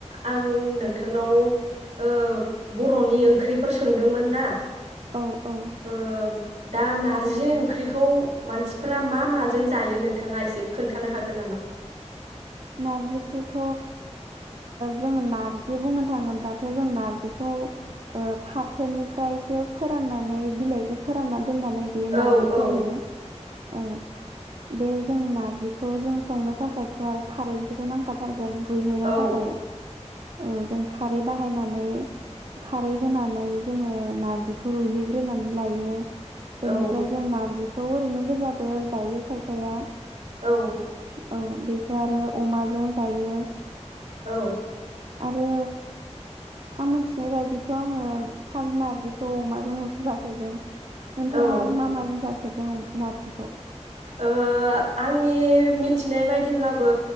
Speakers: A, on the right; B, on the right.
A: आं नोंथांनाव ओ‌ बर'नि ओंख्रिफोर सोंदोंमोन ना
B: औ औ
A: ओ दा नारजि ओंख्रिखौ मानसिफोरा मा मा जों जायो नोंथांङा एसे खोन्थानो हागोन गोन नामा?
B: नारजिखौथ जोंङो नार्जि बुंनो थांङोबाथ जों नारजिखौ ओ फाथोनिफ्रायसो फोराननानै बिलाइखौ फोरानना दोननानै बेयो
A: औ
B: नारजि
A: औ
B: जायो औ बे जों नारजिखौ जों संनो थाखायथ आरो खारैखौथ नांथाथारगोन रुइहोनो
A: औ
B: थाखाय औ जों खारै बा बाहायनानै खारै होनानै जोंङो नारजिखौ रुइहोग्रोनानै लायो।
A: औ
B: बेनिफ्राय जों नारजि थ' ओरैनो गोजाबो जायो खायफाया
A: औ
B: औ बेखौ आरो अमाजों जायो
A: औ
B: आरो आं मोनथिनाय बायदिथ आंङो खालि नारजिखौ अमाजोंलसो जााफेरदों नोंथांङा
A: औ
B: आरो मा माजों जाखो हिदों नारजिखौ
A: ओ आंनि मिथिनाय बायदिब्लाबो